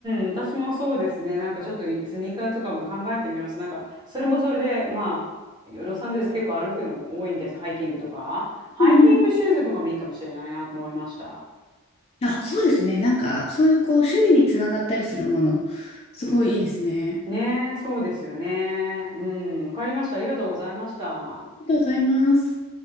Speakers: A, on the right (about 20°); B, on the left (about 30°).
A: ん、私もそうですね。なんかちょっといスニーカーとかも考えてみます。なんか、それもそれで、まあ、ロサンゼルス結構歩くの多いんです。ハイキングとか。ハイキングシューズとかもいいかもしれないなと思いました。
B: うんうんあ、そうですね。なんか、そういうこう、趣味につながったりするもの、すごいいいですね。
A: ねえ、そうですよね。うん、わかりました。ありがとうございました。
B: ありがとうございます。